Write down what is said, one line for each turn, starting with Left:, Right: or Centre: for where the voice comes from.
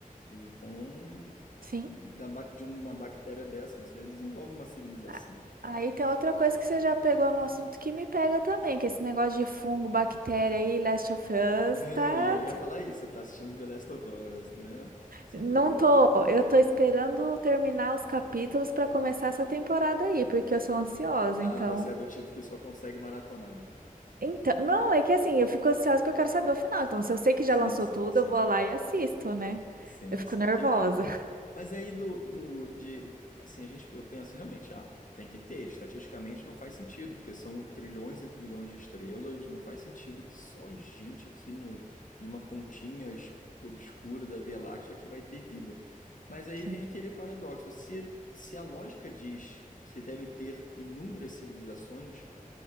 Left: Então,
Right: Sim.
Left: da, bac- de uma bactéria dessas você desenvolve uma civilização.
Right: A-
Left: <laughs>
Right: Aí tem outra coisa que você já pegou no assunto que me pega também, que esse negócio de fungo, bactéria aí, Last of Us,
Left: É,
Right: tá?
Left: e já ia falar isso, você tá assistindo The Last of Us, né? Se
Right: Não
Left: entregou.
Right: tô, eu tô esperando terminar os capítulos pra começar essa temporada aí, porque eu sou ansiosa,
Left: Ah,
Right: então.
Left: você é do tipo que só consegue maratonar, né?
Right: Então, não, é que assim, eu fico ansiosa que eu quero saber o final. Então, se eu sei que
Left: Sim,
Right: já lançou
Left: sim,
Right: tudo,
Left: sim.
Right: eu vou lá e assisto, né?
Left: Sim,
Right: Eu fico
Left: saquei.
Right: nervosa.
Left: Mas aí do, do de assim, a gente eu penso realmente, ah, tem que ter, estatisticamente não faz sentido, porque são trilhões e trilhões de estrelas, não faz sentido que só a gente aqui no, numa pontinha es- obscura da Via Láctea que vai ter vida. Mas aí
Right: <laughs>
Left: vem aquele paradoxo, se se a lógica diz que devem ter inúmeras civilizações,